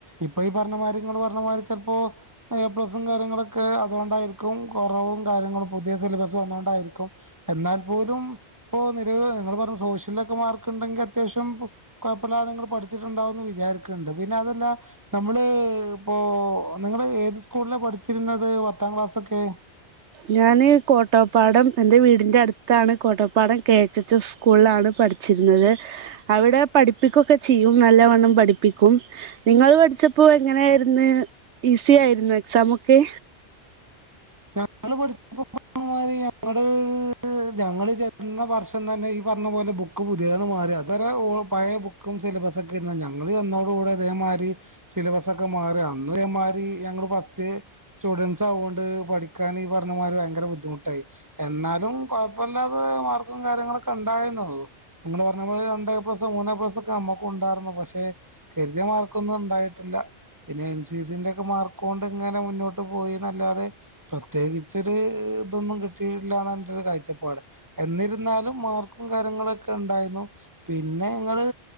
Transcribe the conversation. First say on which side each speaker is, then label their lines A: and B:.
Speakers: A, on the right; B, on the right.
A: ഇപ്പൊ ഈ പറഞ്ഞമാതിരി നിങ്ങള് പറഞ്ഞമാതിരി ചിലപ്പോ എ പ്ലസും കാര്യങ്ങളൊക്കെ അതുകൊണ്ടായിരിക്കും കുറവും കാര്യങ്ങളും പുതിയ സിലബസ് വന്നൊണ്ടായിരിക്കും എന്നാൽ പോലും ഇപ്പോൾ നിലവിൽ നിങ്ങൾ പറഞ്ഞ പോലെ സോഷ്യല് മാർക്ക് ഉണ്ടെങ്കിൽ അത്യാവശ്യം കുഴപ്പമില്ലാതെ നിങ്ങള് പഠിച്ചിട്ടുണ്ടാവൂന്ന് വിചാരിക്കണ്ണ്ട് പിന്നെ അതല്ല നമ്മള് ഇപ്പോ നിങ്ങള് ഏത് സ്കൂളിലാ പഠിച്ചിരുന്നത് പത്താം ക്ലാസ്സൊക്കെ
B: ഞാന് കോട്ടപ്പാടം എൻറെ വീടിന്റെ അടുത്താണ് Kottappadam K H H S സ്കൂളിലാണ് പട് പഠിച്ചിരുന്നത് അവിടെ പഠിപ്പിക്കൊക്കെ ചെയ്യും നല്ലവണ്ണം പഠിപ്പിക്കും നിങ്ങള് പഠിച്ചത് ഇപ്പോ എങ്ങനെയായിരുന്നു ഈസിയായിരുന്നോ എക്സാമൊക്കെ
A: ഞങ്ങള് <unintelligible> പഠിച്ചപ്പോ <unintelligible> ഞങ്ങള് ഞങ്ങള് ചെല്ലുന്ന വർഷംതന്നെ ഈ പറഞ്ഞപോലെ ബുക്ക് പുതിയത് മാറി അതരെ പഴയ ബുക്കും സിലബസൊക്കെ ഇരുന്ന ഞങ്ങള് ചെന്നോട് കൂടെ അതേമാതിരി സിലബസൊക്കെ മാറി അന്നു ഇതേമാരി ഞങ്ങള് ച്ച് സ്റ്റുഡൻസ് ആവോണ്ട് പഠിക്കാന് ഈ പറഞ്ഞമാതിരി ഭയങ്കര ബുദ്ധിമുട്ടായി എന്നാലും കുഴപ്പമില്ലാതെ മാർക്കും കാര്യങ്ങളൊക്കെ ഉണ് ണ്ടായിരുന്നു നിങ്ങളു പറഞ്ഞപോലെ രണ്ട് എ പ്ലസ് മൂന്ന് എ പ്ലസ് ഒക്കെ നമ്മക്കും ഉണ്ടായിരുന്നു പക്ഷെ കരുതിയ മാർക്ക് ക്കൊന്നും ഉണ്ടായിട്ടില്ല പിന്നെ എൻ സി സിന്റെ ഒക്കെ മാർക്ക് കൊണ്ട് ഇങ്ങനെ മുന്നോട്ട് പോയിന്നല്ലാതെ പ്രത്യേകിച്ചൊരു ഇതൊന്നും കിട്ടിയിട്ടില്ലാന്ന എൻറെരു കാഴ്ചപ്പാട് എന്നിരുന്നാലും മാർക്കു കാരൃങ്ങളൊക്കെ ഉണ്ടായിരുന്നു പിന്നെ ഇങ്ങള്